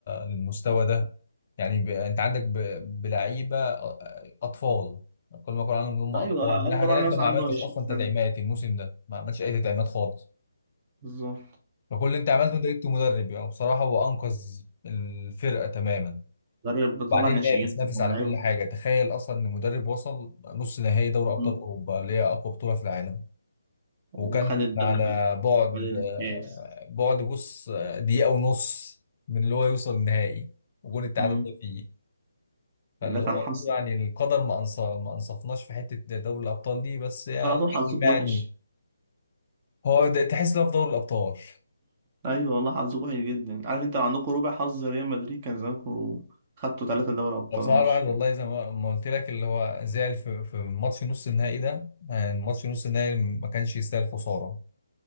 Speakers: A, on the left; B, on the right.
A: للمستوى ده يعني ب... انت عندك ب... بلعيبه أ- اطفال كل ما اقول عنهم ان هم اطفال
B: أيوه
A: من ناحيه
B: أكبر
A: تانيه
B: واحد
A: انت
B: مثلا
A: ما
B: عنده
A: عملتش
B: 20
A: اصلا
B: سنة
A: تدعيمات الموسم ده ما عملتش اي تدعيمات خالص
B: بالظبط
A: فكل اللي انت عملته انت جبت مدرب يعني بصراحه هو انقذ الفرقه تماما
B: مدرب بيطلع
A: وبعدين
B: ناشئين
A: نافس نافس على
B: أيوه
A: كل حاجه تخيل اصلا ان مدرب وصل نص نهائي دوري
B: مم.
A: ابطال اوروبا اللي هي اقوى بطوله في العالم
B: وخد
A: وكان
B: الدوري
A: على بعد
B: خد الكاس
A: آه، بعد بص آه، دقيقة ونص من اللي هو يوصل النهائي وجون التعادل
B: مم.
A: ده فيه فاللي
B: ده كان
A: هو
B: حظ
A: يعني القدر ما أنصف ما أنصفناش في حتة دوري الأبطال دي بس يعني
B: على طول
A: لحد
B: حظك
A: ما
B: وحش
A: يعني هو ده تحس لو في دوري الأبطال
B: ايوه والله حظك وحش جدا عارف انت لو عندكم ربع حظ ريال مدريد كان زمانكم خدتوا ثلاثة دوري ابطال
A: وبصراحة
B: مش
A: الواحد والله زي ما ما قلت لك اللي هو زعل في في ماتش نص النهائي ده يعني ماتش نص النهائي ما كانش يستاهل خسارة